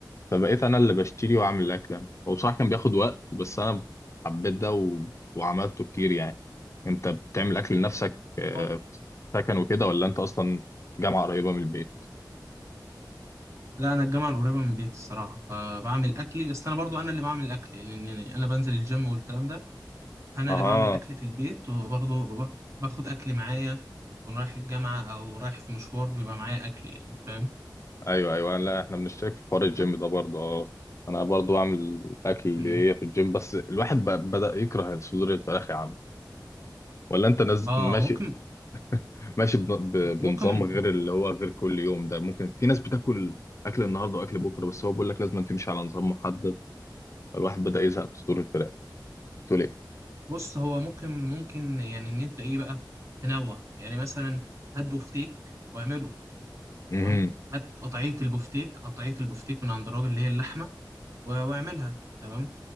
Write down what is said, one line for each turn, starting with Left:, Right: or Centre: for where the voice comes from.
Left: فبقيت انا اللي بشتري واعمل الاكل انا هو بصراحه كان بياخد وقت بس انا حبيت ده و... وعملته كتير يعني انت بتعمل اكل لنفسك آه،
Right: طب
Left: في سكن وكده ولا انت اصلا جامعه قريبه من البيت
Right: لا انا الجامعه القريبه من بيتي الصراحه فبعمل اكلي بس انا برضو انا اللي بعمل اكلي لان يعني انا بنزل الجيم والكلام ده انا
Left: اها
Right: اللي بعمل اكل في البيت وباخده ب- باخد اكل معايا وانا رايح الجامعه او رايح في مشوار بيبقى معايا اكل يعني فاهم
Left: ايوه ايوه لا احنا بنشترك في حوار الجيم
Right: أكل.
Left: ده برضه اه انا برضه بعمل الاكل اللي
Right: مم.
Left: هي في الجيم بس الواحد بقى بدأ يكره صدور الفراخ يا عم ولا انت نز...
Right: اه
Left: ماشي
Right: ممكن
Left: ماشي بن... ب...
Right: ممكن
Left: بنظام غير اللي هو غير كل يوم ده ممكن في ناس بتاكل اكل النهارده واكل بكره بس هو بيقول لك لازم تمشي على نظام محدد الواحد بدأ يزهق من صدور الفراخ قلت له ايه
Right: بص هو ممكن ممكن يعني ان انت ايه بقى تنوع يعني مثلا هات بفتيك واعمله
Left: اها
Right: تمام هات قطعيه البفتيك قطعيه البفتيك من عند الراجل اللي هي اللحمه و- واعملها تمام